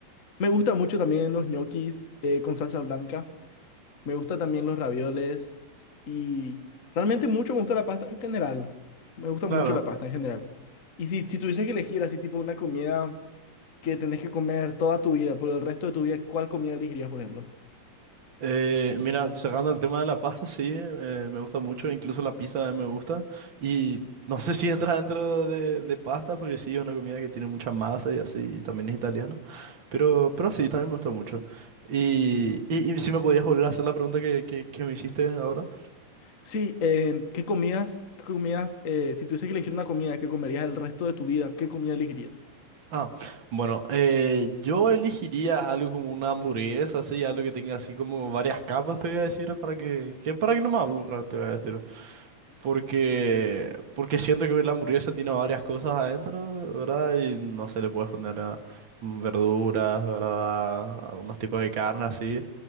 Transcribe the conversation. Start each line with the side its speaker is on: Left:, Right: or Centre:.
Left: Me gusta mucho también los ñoquis eh, con salsa blanca. Me gusta también los ravioles. Y realmente mucho me gusta la pasta en general. Me gusta
Right: Claro.
Left: mucho la pasta en general. Y si, si tuviese que elegir así tipo una comida... que tenés que comer toda tu vida, por el resto de tu vida, ¿cuál comida elegirías, por ejemplo?
Right: Eh, mira, sacando el tema de la pasta, sí, eh, me gusta mucho, incluso la pizza me gusta. Y no sé si entra dentro de, de pasta, porque sí, es una comida que tiene mucha masa y así, y también es italiana. Pero, pero sí, también me gustó mucho. Y, y, y si me podías volver a hacer la pregunta que, que, que me hiciste ahora.
Left: Sí, eh, ¿qué comidas, qué comidas, eh, si tuviese que elegir una comida que comerías el resto de tu vida, ¿qué comida elegirías?
Right: Ah, bueno, eh, yo elegiría algo como una hamburguesa, así, algo que tenga así como varias capas, te voy a decir, para que, que para que no me aburra, te voy a decir. Porque, porque siento que la hamburguesa tiene varias cosas adentro, ¿verdad? Y no se le puedes poner ah, mm, verduras, ¿verdad? A unos tipos de carne así.